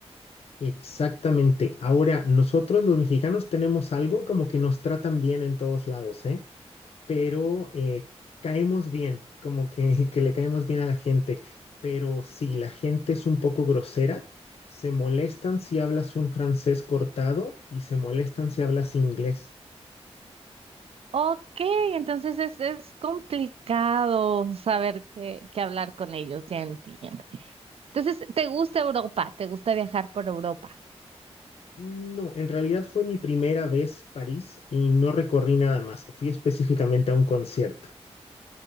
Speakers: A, on the left; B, on the right.
A: Exactamente. Ahora, nosotros los mexicanos tenemos algo como que nos tratan bien en todos lados, ¿eh? Pero eh, caemos bien, como que, <laughs> que le caemos bien a la gente. Pero si la gente es un poco grosera, se molestan si hablas un francés cortado y se molestan si hablas inglés.
B: Ok, entonces es, es complicado saber qué, qué hablar con ellos, ya entiendo. Entonces, ¿te gusta Europa? ¿Te gusta viajar por Europa?
A: No, en realidad fue mi primera vez París y no recorrí nada más. Fui específicamente a un concierto.